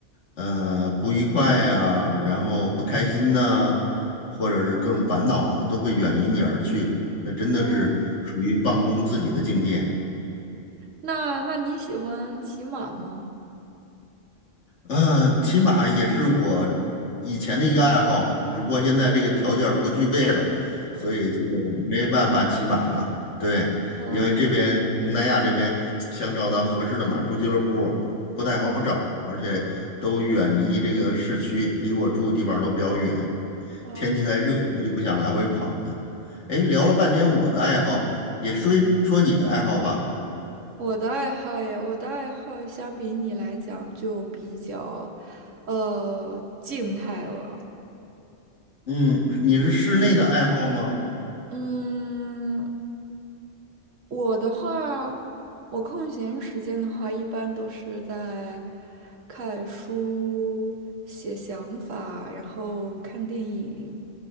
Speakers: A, on the left; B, on the right.
A: 呃不愉快呀、然后不开心呐、或者是各种烦恼啊，都会远离你而去。那真的是属于放空自己的境界。
B: 原来，那那你喜欢骑马吗？
A: 嗯，骑马也是我以前的一个爱好，只不过现在这个条件儿不具备了，所以就没办法骑马了。对，
B: 哦
A: 因为这边东南亚这边想找到合适的马术俱乐部不太好找，而且都远离这个市区，离我住的地方都比较远。
B: 哦，
A: 天气太热，我就不想来回跑了。哎，聊了半天我的爱好，也说一说你的爱好吧。
B: 我的爱好呀，我的爱好相比你来讲就比较，呃，静态了。
A: 嗯，你是室内的爱好吗？
B: 嗯，我的话，我空闲时间的话，一般都是在看书、写想法，然后看电影，